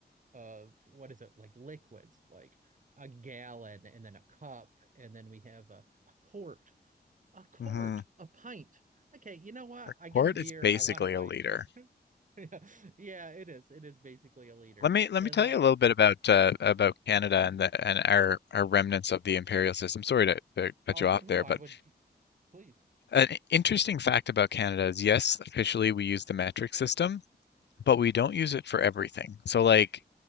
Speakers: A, on the right (about 50°); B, on the left (about 85°).
A: of what is it like liquids, like a gallon and then a cup, and then we have a, a quart, a quart,
B: Mm-hmm.
A: a pint. Okay, you know what?
B: A
A: I get
B: quart
A: a beer.
B: is basically
A: I want a pint.
B: a liter.
A: <laughs> Yeah, yeah, it is. It is basically a leader.
B: Let me let
A: And
B: me tell
A: like,
B: you a little bit about uh, about Canada and the and our our remnants of the imperial system. Sorry to, to
A: oh,
B: cut you
A: but
B: off
A: no,
B: there,
A: I
B: but
A: would please.
B: an interesting fact about Canada is yes, officially we use the metric system, but we don't use it for everything. So like